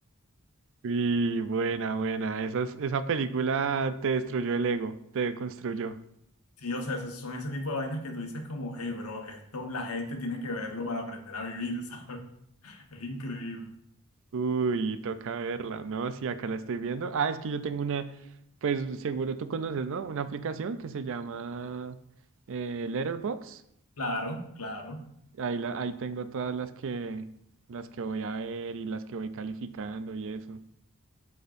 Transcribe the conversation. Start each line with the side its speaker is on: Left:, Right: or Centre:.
Right: Y buena, buena. Esa, esa película te destruyó el ego, te construyó.
Left: Sí, o sea, esos son ese tipo de vainas que tú dices como, hey, bro, esto la gente tiene que verlo para aprender a vivir, ¿sabes? <laughs> Es increíble.
Right: Uy, toca verla. No, sí, acá la estoy viendo. Ah, es que yo tengo una, pues seguro tú conoces, ¿no? Una aplicación que se llama eh, Letterboxd.
Left: Claro, claro.
Right: Ahí la, ahí tengo todas las que, las que voy a ver y las que voy calificando y eso.